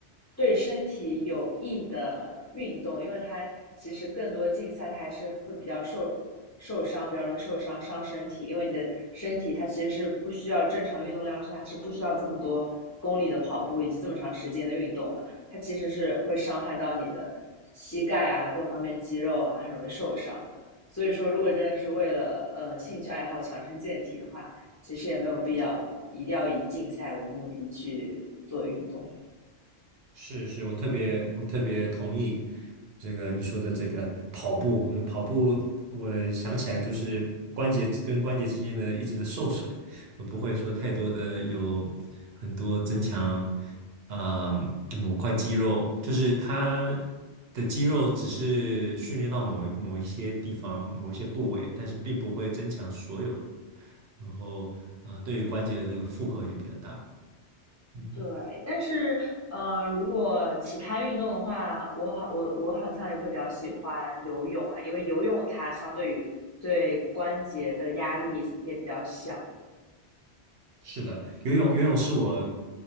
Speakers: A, on the left; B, on the right.
A: 对身体有益的运动，因为它其实更多竞赛，它还是会比较受受伤，比较容易受伤伤身体。因为你的身体它其实是不需要正常运动量下是不需要这么多公里的跑步以及这么长时间的运动的，它其实是会伤害到你的膝盖啊各方面肌肉啊，很容易受伤。所以说，如果真的是为了呃兴趣爱好强身健体的话，其实也没有必要一定要以竞赛为目的去做运动。
B: 是是，我特别我特别同意这个你说的这个跑步，因为跑步我想起来就是关节跟关节之间的一直的受损，我不会说太多的有很多增强啊、呃某块肌肉，就是它的肌肉只是训练到某某一些地方某一些部位，但是并不会增强所有的，然后啊呃对于关节的这个负荷也比较大，嗯。
A: 对，但是，呃，如果其他运动的话，我好，我我好像也会比较喜欢游泳啊，因为游泳它相对于对关节的压力也比较小。
B: 是的，游泳游泳是我